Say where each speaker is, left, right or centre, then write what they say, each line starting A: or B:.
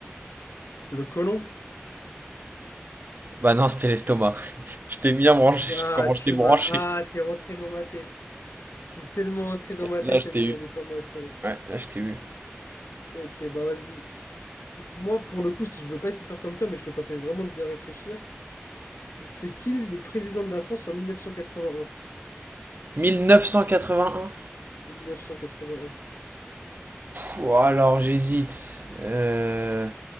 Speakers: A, on the left; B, on the right.
A: Le côlon?
B: Bah non, c'était l'estomac. <laughs> Je t'ai bien branché.
A: Ah,
B: Comment je
A: tu
B: t'ai branché?
A: m'as... Ah, t'es rentré dans ma tête. T'es tellement rentré dans ma
B: Là,
A: tête,
B: je
A: elle
B: t'ai
A: est,
B: eu.
A: elle est pas mal, celle-là.
B: Ouais, là, je t'ai eu.
A: Ok, bah vas-y. moi, pour le coup, si je veux pas essayer de faire comme toi, mais je te conseille vraiment de bien réfléchir, c'est qui le président de la France en mille mille neuf neuf cent quatre-vingt-un?
B: 1981?
A: mille neuf cent quatre-vingt quatre-vingt
B: Pouh, alors, j'hésite. Euh...